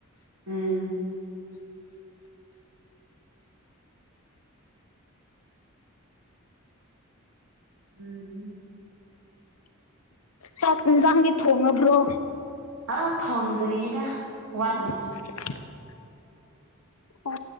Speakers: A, on the right (about 90°); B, on the left (about 85°).
A: ꯎꯝ ꯎꯝ
B: ꯆꯥꯛ ꯏꯟꯖꯥꯡꯗꯤ ꯊꯣꯡꯉꯕ꯭ꯔꯣ
A: ꯑꯥ ꯊꯣꯡꯗ꯭ꯔꯤꯗ ꯋꯥꯠꯂꯤ
B: <inaudible> ꯑꯣ